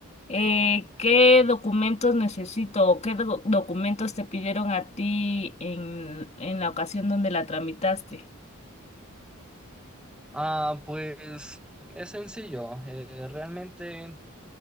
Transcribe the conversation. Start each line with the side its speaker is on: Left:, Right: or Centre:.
Left: eh, ¿qué documentos necesito o qué do- documentos te pidieron a ti en, en la ocasión donde la tramitaste?
Centre: Ah, pues es sencillo. eh, realmente